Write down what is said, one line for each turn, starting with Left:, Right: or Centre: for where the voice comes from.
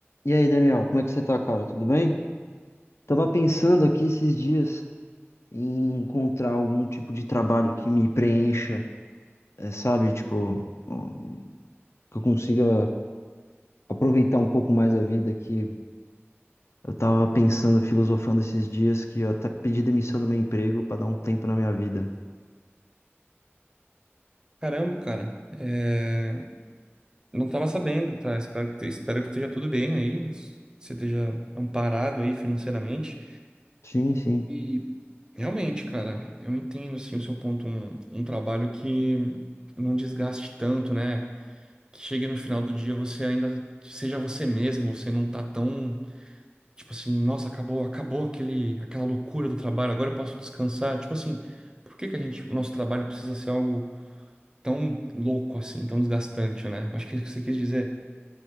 Left: E aí, Daniel, como é que você tá, cara? Tudo bem? Tava pensando aqui esses dias em encontrar algum tipo de trabalho que me preencha, eh, sabe? Tipo, um, que eu consiga aproveitar um pouco mais a vida, que eu tava pensando, filosofando esses dias, que eu até pedi demissão do meu emprego pra dar um tempo na minha vida.
Right: Caramba, cara. É, Não tava sabendo, tá? Espero que, espero que esteja tudo bem aí, s- você esteja amparado aí financeiramente.
Left: Sim, sim.
Right: E realmente, cara, eu entendo, assim, o seu ponto, um, um trabalho que não desgaste tanto, né? Que chegue no final do dia você ainda seja você mesmo, você não tá tão, tipo assim, nossa, acabou, acabou aquele, aquela loucura do trabalho, agora eu posso descansar. Tipo assim, por que que a gente, o nosso trabalho precisa ser algo tão louco assim, tão desgastante, né? Acho que é isso que você quis dizer.